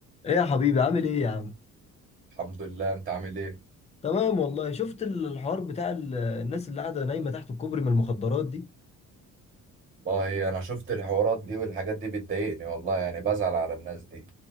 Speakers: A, on the left (about 20°); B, on the right (about 25°).
A: ايه يا حبيبي عامل ايه يا عم
B: الحمد لله انت عامل ايه
A: تمام والله شفت ال- الحوار بتاع ال- الناس اللي قاعده نايمه تحت الكوبري من المخدرات دي
B: والله انا شفت الحوارات دي والحاجات دي بتضايقني والله يعني بزعل على الناس دي